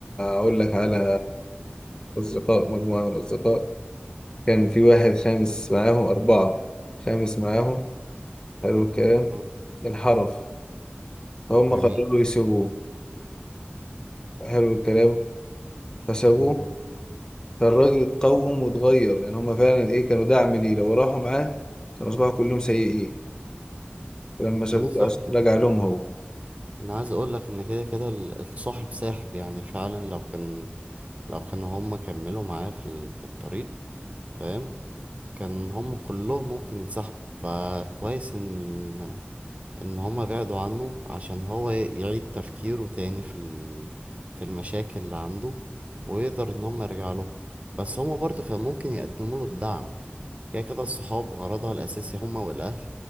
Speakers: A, on the left; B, on the right.
A: اقول لك على اصدقاء مجموعة من الاصدقاء كان في واحد خامس معاهم اربعة خامس معاهم حلو الكلام
B: مم.
A: الحرف فهم
B: جميل
A: قرروا يسيبوه حلو الكلام فسابوه
B: مم.
A: فالراجل اتقوم واتغير يعني هم فعلا ايه كانوا دعم ليه لو راحوا معاه كانوا اصبحوا كلهم سيئين ولما سابوه
B: بالظبط
A: أص- رجع لهم هو
B: أنا عايز أقول لك إن كده كده ال- الصاحب ساحب يعني فعلا لو كان لو كان هما كملوا معاه في ال- في الطريق فاهم كان هم كلهم ممكن يتسحبوا فكويس ان ان هم بعدوا عنه عشان هو ي- يعيد تفكيره تاني في ال... في المشاكل اللي عنده ويقدر ان هم يرجع له بس هم برضه كان ممكن يقدموا له الدعم كده كده الصحاب غرضها الاساسي هم والاهل